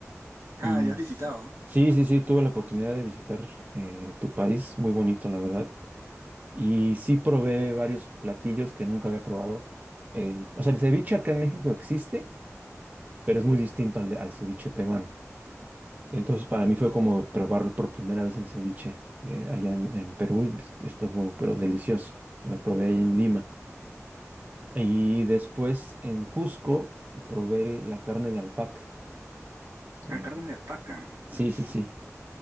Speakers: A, on the right; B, on the right.
A: Y
B: ah, ya has
A: sí,
B: visitado.
A: sí, sí, sí, tuve la oportunidad de visitar eh, tu país, muy bonito, la verdad. Y sí probé varios platillos que nunca había probado. El- o sea, el ceviche acá en México existe, pero es muy distinto al, de- al ceviche peruano. Entonces, para mí fue como probar por primera vez el ceviche eh, allá en, en Perú. y, pues, Estuvo, pero delicioso. Lo probé ahí en Lima. Y después en Cusco probé la carne de alpaca. Eh,
B: A carnes de alpaca.
A: sí,
B: Ah, su-
A: sí, sí.